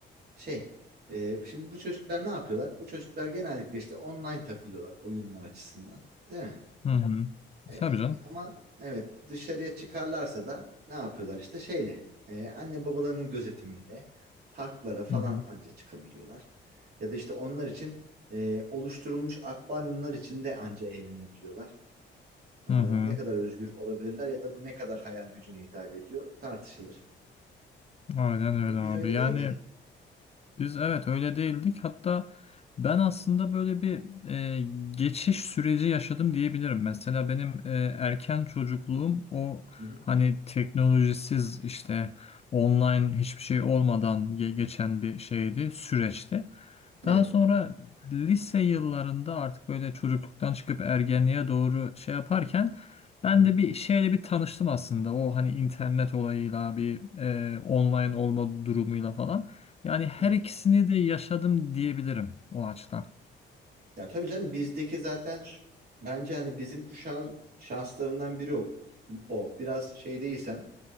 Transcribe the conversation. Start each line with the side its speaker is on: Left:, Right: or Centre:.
Right: şey, e, şimdi bu çocuklar ne yapıyorlar? Bu çocuklar genellikle işte online takılıyorlar oyunlar açısından, değil mi?
Left: Hı hı.
Right: Ee,
Left: Tabii canım.
Right: ama evet dışarıya çıkarlarsa da ne yapıyorlar işte şeyle e, anne babalarının gözetiminde parklara falan
Left: Hı hı.
Right: anca çıkabiliyorlar. Ya da işte onlar için e, oluşturulmuş akvaryumlar içinde anca eğlenebiliyorlar. Ee,
Left: Hı hı.
Right: ne kadar özgür olabilirler ya da bu ne kadar hayal gücüne hitap ediyor tartışılır.
Left: Aynen öyle
Right: Ama Biz
Left: abi.
Right: öyle
Left: Yani
Right: değildik.
Left: biz evet öyle değildik. Hatta ben aslında böyle bir e, geçiş süreci yaşadım diyebilirim. Mesela benim e, erken çocukluğum o
Right: Hı hı.
Left: hani teknolojisiz işte online hiçbir şey olmadan ge- geçen bir şeydi, süreçti.
Right: Evet.
Left: Daha sonra lise yıllarında artık böyle çocukluktan çıkıp ergenliğe doğru şey yaparken ben
Right: Hı hı.
Left: de bir şeyle bir tanıştım aslında. O hani internet olayıyla bir e, online olma durumuyla falan. Yani her
Right: Evet.
Left: ikisini de yaşadım diyebilirim o açıdan.
Right: Ya tabii canım bizdeki zaten ş- bence hani bizim kuşağın şanslarından biri o. O biraz şey değilsen